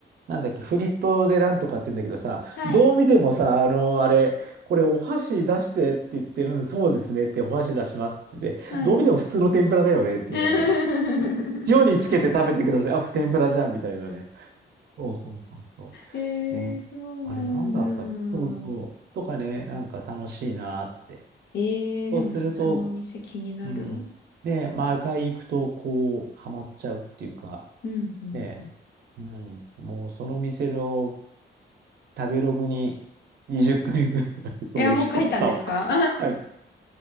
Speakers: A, on the right; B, on the left.
A: なんだっけ、フリットでなんとかって言うんだけどさ、
B: はい。
A: どう見てもさ、あの、あれ、これお箸出してって言って、うん、そうですねって、お箸出しますって言って、
B: はい。
A: どう見ても普通の天ぷらだよねって言いながら、
B: <laughs>
A: 塩につけて食べてください。あ、天ぷらじゃんみたいなね。そうそうそうそ
B: ええそうなんだ。
A: う。ね。あれ、なんだったっけそうそう。とかね、なんか楽しいなーって。
B: ええでもそ、
A: そうすると、
B: その店気になる。
A: うん。ね、毎回行くと、こう、ハマっちゃうっていうか、
B: うんうんうん。
A: ねえ。うん。もうその店の食べログに20回ぐらい美味しかったを
B: いや、もう書いたんですか
A: 書いて。